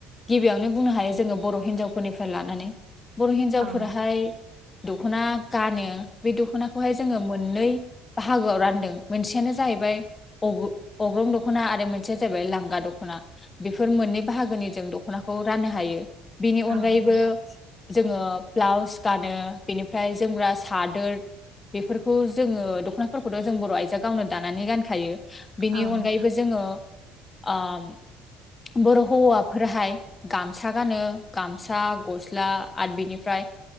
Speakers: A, on the left; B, on the right.
A: गिबियाव नो बुंनो हायो जोङो बर' हावफोरनि लानानै। बर' हिनजावफोराहाय
B: औ
A: दख'ना गानो बे दख'नाखौहाय जोङो मोननै बाहागोआव रानदों मोनसेयानो जाहैबाय अग'-अग्रं दख'ना आरो मोनसेया जाहैबाय लांगा दख'ना। बेफोर मोननै बाहागोनि जों दख'ना खौ राननो हायो। बेनि अनगायैबो
B: औ नोंथां
A: जोङो ब्लाउस गानो बेनिफ्राय जो मग्रा सादोर बेफोरखौ जोङो दख'नाफोरखौथ' जों गोबां आइजोआ गावनो दानानै गानखायो। बिनि
B: औ नोंथां औ
A: अनगायैबो
B: नोंथां
A: जोङो ओम बर' हौवाफोरहाय गामसा गानो। गामसा गस्ला आरो बिनिफ्राय